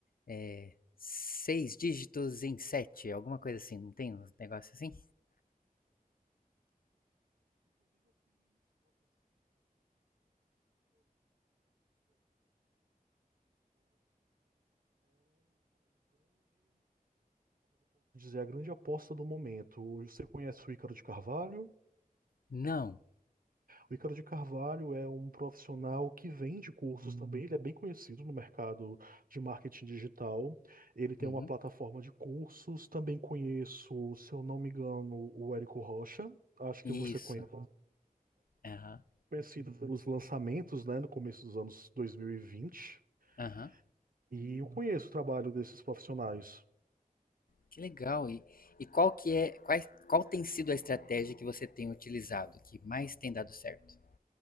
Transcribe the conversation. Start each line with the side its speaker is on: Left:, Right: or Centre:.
Left: é, seis dígitos em sete, alguma coisa assim, não tem um negócio assim?
Right: é a grande aposta do momento. Você conhece o Ícaro de Carvalho?
Left: Não.
Right: O Ícaro de Carvalho é um profissional que vende cursos também, ele é bem conhecido no mercado de marketing digital. Ele tem
Left: Uhum.
Right: uma plataforma de cursos. Também conheço, se eu não me engano, o Érico Rocha. Acho
Left: Isso.
Right: que você conhece,
Left: Aham.
Right: conhecido pelos lançamentos, né, no começo dos anos 2020. E
Left: Aham.
Right: vinte. E eu conheço o trabalho desses profissionais.
Left: Que legal. E, e qual que é, qual qual tem sido a estratégia que você tem utilizado, que mais tem dado certo?